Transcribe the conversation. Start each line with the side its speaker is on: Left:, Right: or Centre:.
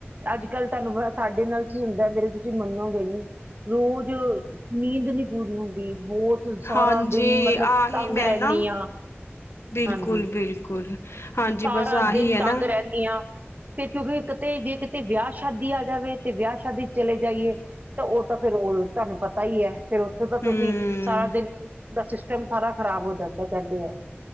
Right: ਅੱਜ- ਕੱਲ੍ਹ ਤੁਹਾਨੂੰ ਪਤਾ ਸਾਡੇ ਨਾਲ ਕੀ ਹੁੰਦਾ, ਮੇਰੇ ਤੁਸੀਂ ਮਨੋਗਏ ਗਏ ਨੀ। ਰੋਜ਼ ਨੀਂਦ ਨੀ ਪੂਰੀ ਹੁੰਦੀ ਬਹੁਤ ਸਾਰਾ
Left: ਹਾਂਜੀ।
Right: ਦਿਨ ਮਤਲਬ
Left: ਆਹੀ
Right: ਤੰਗ
Left: ਮੈਂ
Right: ਰਹਿੰਦੀ
Left: ਨਾ।
Right: ਹਾਂ
Left: ਬਿਲਕੁਲ-
Right: ਹਾਂਜੀ
Left: ਬਿਲਕੁਲ। ਹਾਂਜੀ
Right: ਸਾਰਾ
Left: ਬਸ ਆਹੀ
Right: ਦਿਨ
Left: ਹੈ
Right: ਤੰਗ
Left: ਨਾ
Right: ਰਹਿੰਦੀ ਐ। ਫਿਰ ਕਿਉਂਕਿ ਕਿਤੇ ਜੇ ਕਿਤੇ ਵਿਆਹ ਸ਼ਾਦੀ ਆ ਜਾਵੇ ਤੇ ਵਿਆਹ ਸ਼ਾਦੀ ਤੋ ਚਲੇ ਜਾਈਏ। ਤੇ ਉਹ ਤਾਂ ਫੇਰ, ਉਹ ਤੁਹਾਨੂੰ ਪਤਾ ਈ ਐ। ਫਿਰ ਉੱਥੇ ਤਾਂ
Left: ਹਮ
Right: ਤੁਸੀਂ, ਸਾਰਾ ਦਿਨ ਦਾ ਸਿਸਟਮ ਸਾਰਾ ਖਰਾਬ ਹੋ ਜਾਂਦਾ, ਕਹਿੰਦੇ ਆ।